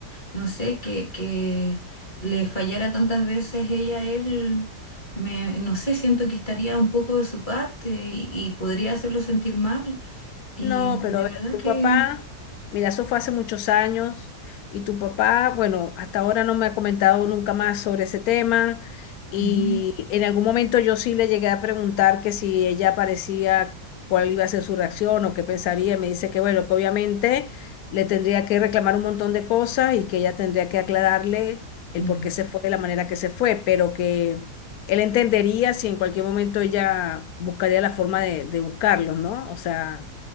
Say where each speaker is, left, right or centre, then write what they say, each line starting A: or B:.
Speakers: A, on the left; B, on the left.
A: no sé que, que le fallara tantas veces ella a él, me, no sé, siento que estaría un poco de su parte y, y podría hacerlo sentir mal. Y
B: No,
A: de
B: pero a ver,
A: verdad
B: tu
A: que...
B: papá, mira, eso fue hace muchos años y tu papá, bueno, hasta ahora no me ha comentado nunca más sobre ese tema y
A: ujú,
B: en algún momento yo sí le llegué a preguntar que si ella parecía cuál iba a ser su reacción o qué pensaría y me dice que bueno, que obviamente le tendría que reclamar un montón de cosas y que ella tendría que aclararle el
A: mm,
B: por qué se fue de la manera que se fue, pero que él entendería si en cualquier momento ella buscaría la forma de, de buscarlos, ¿no? O sea...